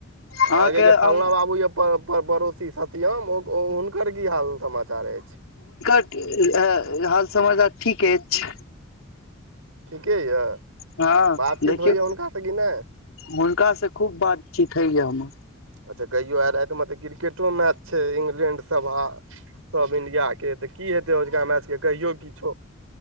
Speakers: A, on the right (about 85°); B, on the left (about 75°).
A: अहाँजे
B: अहाँके
A: जे फलना
B: हम
A: बाबू यै पड़ पड़ पड़ोसी सतियम हुनकर की हाल समाचार अछि
B: हाल समचार ठीके एछ
A: ठीके यऽ
B: हँ
A: बातचीत
B: देखियौ
A: होइए हुनकासँ कि नहि
B: हुंनका से खूब बातचीत होइया हम
A: अच्छा कहियो तऽ क्रिकेटो मैच छै इंग्लैंड सब आ इंडिया के तू की हेते आजुका आजुका मैच के कहियो किछो